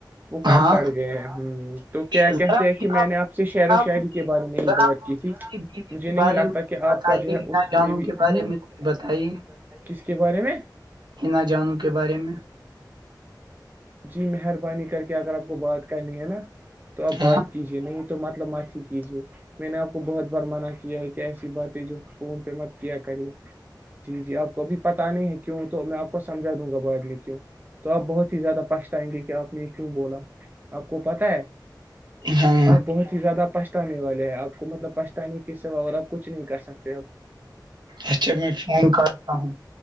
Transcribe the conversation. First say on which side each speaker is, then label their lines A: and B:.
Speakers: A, on the right (about 25°); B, on the right (about 75°).
A: وہ کام
B: ہاں
A: پڑ گئے ہیں ہ تو کیا کہتے
B: ذرا
A: ہیں
B: مجھے
A: کہ میں نے آپ سے شعر و
B: آپ
A: شاعری کے بارے میں ہی
B: ذرا
A: بات کی تھی
B: میری بیوی
A: مجھے
B: کے
A: نہیں
B: بارے
A: لگتا
B: میں کچھ
A: کہ آپ
B: بتائیے
A: کا جو ہے
B: ہنا
A: اس
B: جانوں
A: میں بھی
B: کے
A: ہ
B: بارے
A: بار
B: میں کچھ بتائیے
A: ب کس کے بارے میں
B: حناا جانوں کے بارے میں
A: جی مہربانی کر کے اگر آپ کو بات کرنی ہے نا تو آپ بات
B: ہاں
A: کیجیے نہیں تو مطلب مت ہی کیجیے میں نے آپ کو بہت بار منع کیا ہے کہ ایسی بات ہے جو فون پہ مت کیا کرے جی جی آپ کو ابھی پتا نہیں ہے کیوں تو میں آپ کو سمجھا دوں گا بعد میں کیوں تو اپ بہت ہی زیادہ آئیں گے کہ آپ نے یہ کیوں بولا آپ کو پتا ہے
B: ہاں
A: آپ بہت ہی زیادہ پہھتانے والے ہیں آپ کو مطلب پھتانے کے سے با اور آپ کچھ نہیں کر سکتے اپ
B: اچھا میں فون کرتا ہوں